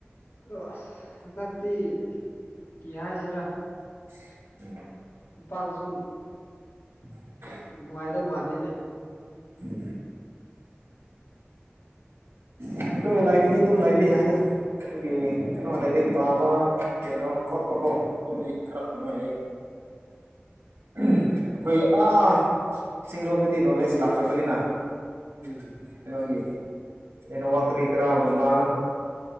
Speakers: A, on the left; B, on the right.
A: ꯑꯗꯣ ꯑꯁ ꯍꯟꯗꯛꯇꯤ ꯀꯤ ꯍꯥꯏꯁꯤꯔꯥ
B: <unintelligible>
A: ꯇꯝꯄꯥꯥꯛꯇꯁꯨ
B: <inaudible> <inaudible>
A: ꯅꯨꯡꯉꯥꯏꯗꯧ ꯃꯥꯟꯗꯦꯅꯦ
B: ꯎꯝ ꯑꯩꯈꯣꯏꯅ ꯂꯥꯏꯕꯤꯗꯤ ꯑꯗꯨꯝ ꯂꯕ ꯌꯥꯏ ꯍꯥꯏꯅ ꯑꯗꯨꯒꯤ ꯀꯩꯅꯣ ꯂꯥꯏꯔꯤꯛ ꯄꯥꯕ ꯀꯩꯅꯣ ꯈꯣꯠꯄꯀꯣ ꯑꯗꯨꯝꯗꯤ ꯈꯔ ꯅꯨꯡꯉꯥꯏꯌꯦ ꯑꯩꯈꯣꯏ ꯑꯥ ꯆꯤꯡꯔꯣꯝꯗꯗꯤ ꯅꯣꯂꯦꯖ ꯂꯥꯛꯇ꯭ꯔꯕꯅꯤꯅ <unintelligible>
A: ꯎꯝ
B: ꯀ꯭ꯔꯤ ꯀꯔꯥꯒꯨꯝꯕ